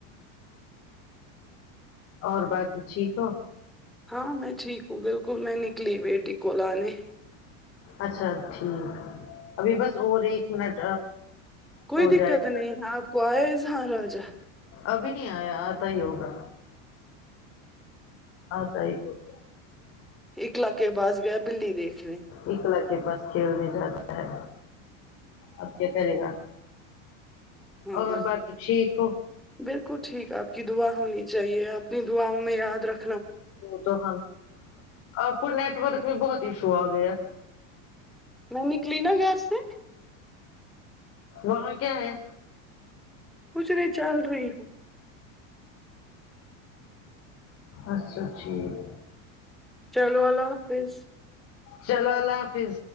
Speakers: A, on the left (about 35°); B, in the centre.
A: اور باقی ٹھیک ہو
B: ہاں میں ٹھیک ہوں بالکل میں نکلی بیٹی کو‌ لانے
A: اچھا ٹھیک ابھی بس اور ایک منٹ
B: کوئی
A: ہو
B: دقت
A: جائے گا
B: نہیں آپ کو آئے ہاں راجہ
A: ابھی نہیں آیا آتا ہی ہوگا آتا ہی ہوگا
B: اقلا کے پاس گیا بلی دکھنے
A: اکلا کے پاس کھیل نہیں جاتا ہے اب کیا کرے گا
B: ہاں
A: اور
B: ہاں،
A: باقی ٹھیک ہو
B: بالکل ٹھیک آپ کی دعا ہونی چاہیے اپنی دعاوں میں یاد رکھ
A: وہ تو ہم آپ کو نیٹورک میں بہت ایشو آ گیا
B: میں نکلی نا گھر سے
A: وہاں کیا ہے
B: کچھ نہیں چل رہی ہوں
A: اچھا ٹھیک
B: چلو اللہ حافظ
A: چلو اللہ حافظ